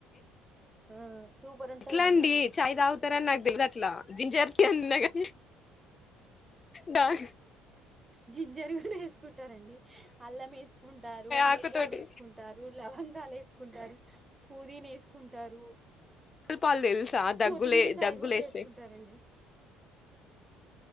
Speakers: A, on the right (about 15°); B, on the left (about 30°).
A: ఆ సూపర్ ఉంటదండి
B: ఎట్లా అండి చాయ్ తాగుతారని నాకు తెలుదు అట్లా జింజర్ టీ అని ఇన్నగానీ డాగ్
A: జింజర్ కూడేస్ కుంటారండి అల్లం వేసుకుంటారు
B: ఆకుతోటి
A: మిరియాలు వేసుకుంటారు లవంగాలు వేసుకుంటారు పూదీని వేసుకుంటారు
B: పాలు తెలుసా దగ్గులే
A: కోత్తిమీర చాయ్
B: దగ్గులేస్తాయి
A: కూడా చేసుకుంటారండి